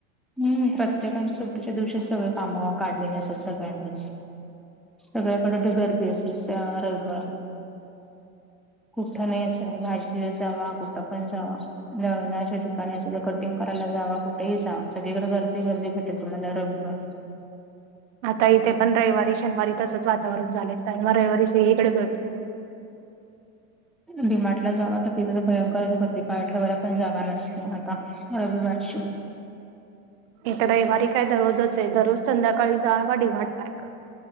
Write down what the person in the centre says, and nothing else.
हम्म प्रत्येकाांच्या सुट्टीच्या दिवशीच सगळे कामं काढलेले असात सगळ्यांनीच सगळ्याकडे गर्दी असे रविवार कुठं नाही असं आहे भाजीला जावा कुठं पण जावा जळणाश ठिकाणी असं ते कटिंग करायला जावा कुठेही जा सगळीकडे गर्दी गर्दी भेटेल तुम्हाला रविवार
भिमाटला जाग तर तिथं तर भयंकरच भतीपाय ठेवायला पण जाग नसते आता रविवार श